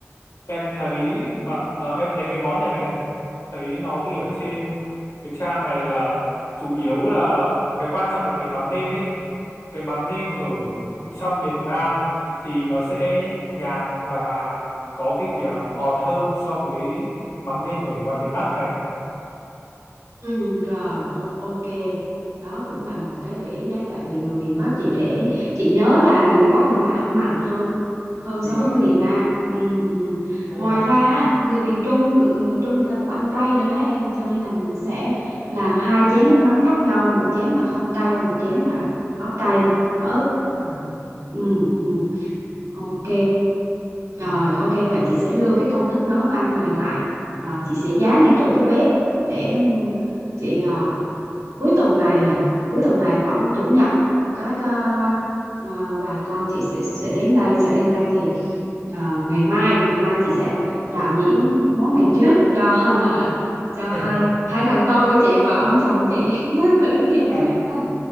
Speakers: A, on the left; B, on the right.
A: em thấy ờ, ờ, em thấy cái món này này thấy nó ghi ở trên cái trang này là chủ yếu là cái quan trọng là cái mắm nêm ấy cái mắm nêm ở trong miền Nam thì nó sẽ nhạt và có vị ờ, ngọt hơn so với mắm nêm ở ngoài miền Bắc này
B: ừ rồi o- ok đó cũng là một cái để ý đấy tại vì người miền Bắc chị để chị nhớ là người miền Bắc người ta ăn mặn hơn hơn so
A: đúng
B: với
A: rồi
B: người miền Nam ừ, ừ.
A: đúng
B: ngoài
A: rồi
B: ra á, người miền Trung người miền Trung người ta cũng ăn cay nữa đó em cho nên là mình sẽ làm hai chén nước mắm khác nhau một chén là không cay và một chén là có cay có ớt
A: ừ.
B: ừ, ừ. Ok, rồi ok vậy chị sẽ lưu cái công thức nấu ăn này lại. À, chị sẽ dán ngay chỗ cái bếp để chị à, cuối tuần này à, cuối tuần này khoảng chủ nhật các à, à, bà con chị sẽ sẽ đến đây sẽ lên đây thì à, ngày mai ngày mai chị sẽ đạo diễn món này trước cho <laughs> cho hai
A: <laughs>
B: hai thằng con của chị và ông chồng chị <laughs> thử nghiệm
A: à,
B: trước. <laughs>